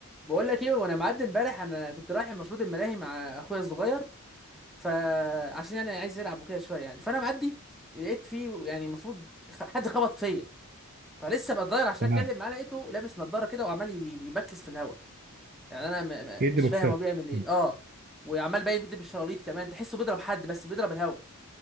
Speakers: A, in the centre; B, on the right.
A: بقول لك ايه وانا معدي امبارح انا كنت رايح المفروض الملاهي مع اخويا الصغير فعشان يعني عايز يلعب وكده شويه يعني فانا معدي لقيت فيه يعني المفروض خ- حد خبط فيا فلسه بتضاير عشان
B: تمام
A: اتكلم معاه لقيته لابس نظاره كده وعمال يبي- بيبكس في الهواء يعني انا م
B: يدي
A: م مش
B: بوكسات
A: فاهم هو بيعمل ايه
B: مم.
A: اه وعمال باين بيدي بالشراليط كمان تحسه بيضرب حد بس بيضرب الهواء